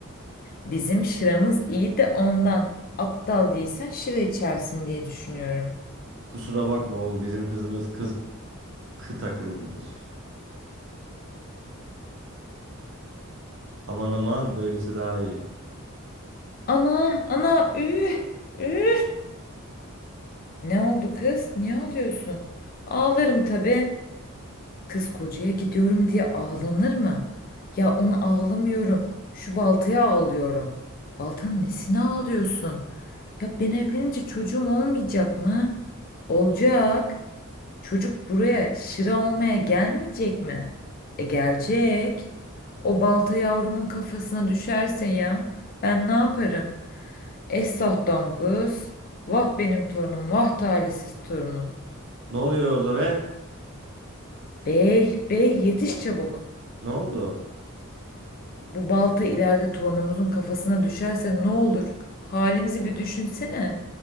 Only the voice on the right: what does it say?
Kusura bakma oğul bizim kızımız kız kıt akıllıdır. Aman aman böylesi daha iyi.
Ne oluyor orada be?
Ne oldu?